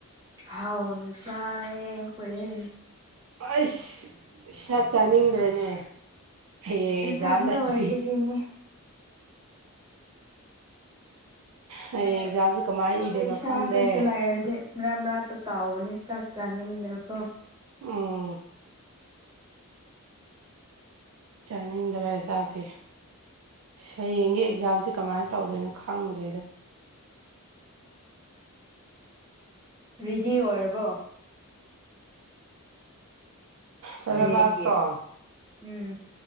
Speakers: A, on the right; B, on the right.
A: ꯍꯥꯎꯅ ꯆꯥꯢ ꯍꯣꯏꯌꯦ
B: ꯑꯩꯁ ꯁꯥꯛ ꯆꯥꯅꯤꯡꯗ꯭ꯔꯦꯅꯦ ꯍꯌꯦꯡ ꯑꯦꯛꯖꯥꯝ
A: ꯏꯊꯟꯗ
B: ꯂꯩꯥꯕꯒꯤ
A: ꯑꯣꯏꯕꯒꯤꯅꯤ
B: ꯍꯌꯦꯡ
A: ꯈꯔ
B: ꯑꯦꯛꯖꯥꯝꯁꯦ
A: ꯑꯩꯈꯣꯏ
B: ꯀꯃꯥꯏꯅ ꯏꯗꯣꯏꯅꯣ
A: ꯏꯁꯥ
B: ꯈꯪꯗꯦ
A: ꯈꯛꯇ ꯂꯥꯏꯔꯗꯤ ꯃꯔꯛꯇ ꯀꯥꯎꯕꯅꯤ ꯆꯥꯛ ꯆꯅꯤꯗꯀꯣ
B: ꯎꯝ ꯆꯥꯅꯤꯡꯗ꯭ꯔꯦ ꯆꯥꯛꯁꯦ ꯍꯌꯦꯡꯒꯤ ꯑꯦꯛꯖꯥꯝꯁꯦ ꯀꯃꯥꯏꯅ ꯇꯧꯗꯣꯏꯅꯣ ꯈꯪꯗ꯭ꯔꯦꯗ
A: ꯔꯤꯗꯤ ꯑꯣꯏꯔꯕꯣ
B: ꯁꯦꯂꯦꯕꯥꯁꯇꯣ
A: ꯍꯌꯦꯡꯒꯤ ꯎꯝ